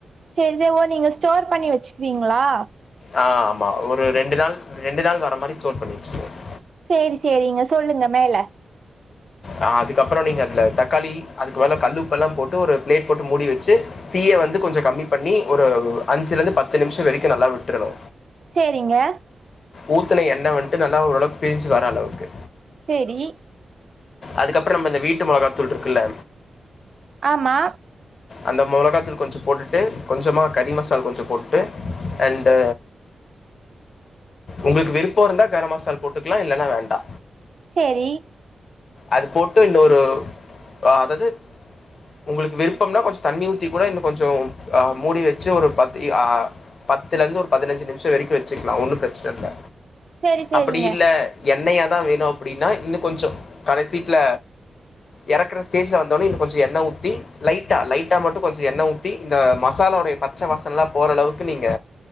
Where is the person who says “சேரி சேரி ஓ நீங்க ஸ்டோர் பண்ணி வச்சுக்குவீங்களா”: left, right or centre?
Right